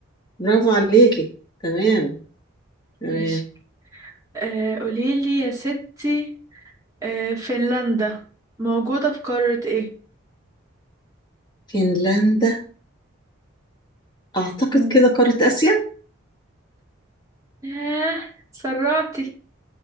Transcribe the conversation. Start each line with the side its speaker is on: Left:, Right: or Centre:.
Left: برافو عليكي تمام تمام
Right: ماشي آه قوليلي يا ستي آه فنلندا موجودة في قارة ايه؟
Left: فنلندا أعتقد
Right: مم.
Left: كده قارة آسيا
Right: ياه سرعتي